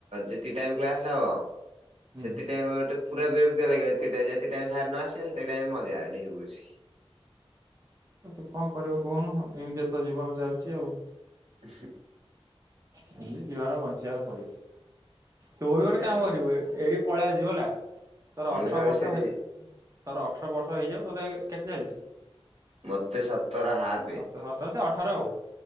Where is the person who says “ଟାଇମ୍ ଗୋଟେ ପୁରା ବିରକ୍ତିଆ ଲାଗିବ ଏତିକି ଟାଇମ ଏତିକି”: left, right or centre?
Right